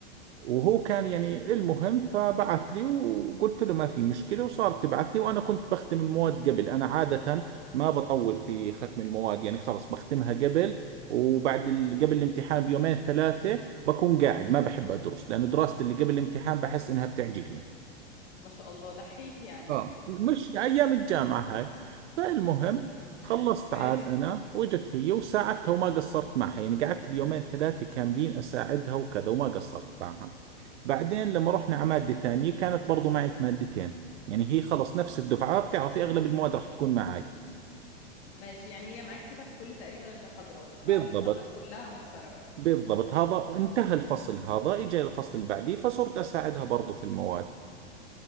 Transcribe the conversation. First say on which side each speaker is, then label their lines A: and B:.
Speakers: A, on the right; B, on the left.
A: وهو كان يعني المهم فبعث لي وقلت له ما في مشكلة وصارت تبعث لي وأنا كنت بختم المواد قبل أنا عادة ما بطول في ختم المواد يعني خلص بختمها قبل وبعد ال... قبل الامتحان بيومين ثلاثة بكون قاعد ما بحب أدرس لأنه دراستي اللي قبل الامتحان بحس إنها بتعجقني
B: ما شاء الله دحيح يعني
A: اه مش أيام الجامعة هاي فالمهم خلصت
B: <laughs> ماشي
A: عاد أنا وجت هي وساعدتها وما قصرت معها يعني قعدت اليومين ثلاثة كاملين أساعدها وكذا وما قصرت معها بعدين لما رحنا على مادة ثانية كانت برضو معي في مادتين يعني هي خلص نفس الدفعة بتعرفي أغلب المواد راح تكون معي
B: ماشي يعني هي معاك كده في كل تقريبا المحاضرات فالمحاضرات
A: بالضبط
B: كلها مشتركة
A: بالضبط هذا انتهى الفصل هذا إجا الفصل اللي بعديه فصرت أساعدها برضو في المواد